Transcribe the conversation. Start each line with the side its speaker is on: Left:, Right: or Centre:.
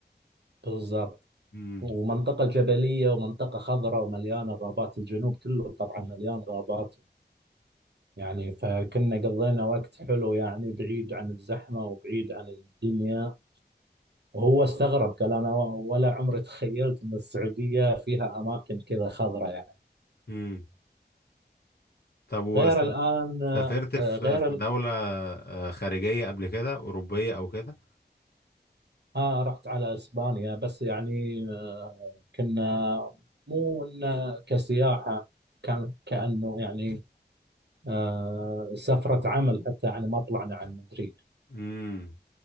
Right: بالضبط
Left: امم
Right: ومنطقة جبلية ومنطقة خضراء ومليانة غابات الجنوب كله طبعا مليان غابات يعني فكنا قضينا وقت حلو يعني بعيد عن الزحمة وبعيد عن الدنيا وهو استغرب قال أنا ولا عمري تخيلت أن السعودية فيها أماكن كذا خضراء يعني
Left: امم طب وسافرت
Right: غير الآن
Left: في
Right: آه، غير
Left: في
Right: الآن
Left: دولة آه، خارجية قبل كده أوروبية أو كده
Right: آه رحت على إسبانيا بس يعني آه، كنا مو إنه كسياحة كان كأنه يعني آه، سفرة عمل حتى يعني ما طلعنا عن مدريد
Left: امم